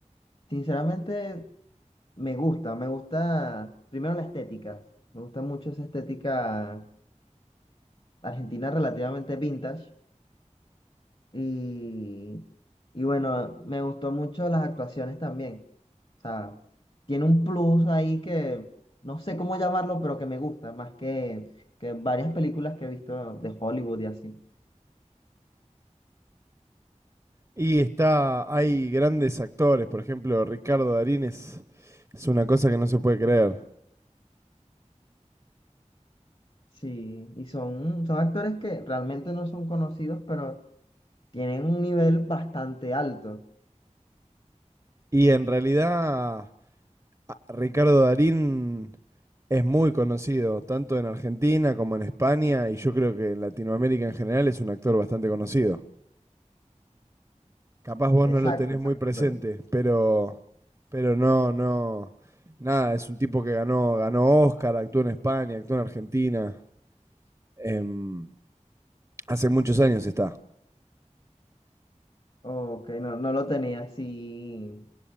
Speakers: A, on the left (about 45°); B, on the right (about 25°).
A: sinceramente me gusta, me gusta primero la estética, me gusta mucho esa estética argentina relativamente vintage. Y, y bueno, me gustó mucho las actuaciones también. O sea, tiene un plus ahí que no sé cómo llamarlo, pero que me gusta, más que, que varias películas que he visto de Hollywood y así.
B: Y está, hay grandes actores, por ejemplo, Ricardo Darín es, es una cosa que no se puede creer.
A: Sí, y son, son actores que realmente no son conocidos, pero tienen un nivel bastante alto.
B: Y en realidad, a- Ricardo Darín es muy conocido, tanto en Argentina como en España, y yo creo que en Latinoamérica en general es un actor bastante conocido. Capaz vos
A: Exacto,
B: no lo tenés
A: exacto.
B: muy presente,
A: pero-
B: pero, pero no, no, nada, es un tipo que ganó, ganó Oscar, actuó en España, actuó en Argentina, em, hace muchos años está.
A: Ok, no, no lo tenía así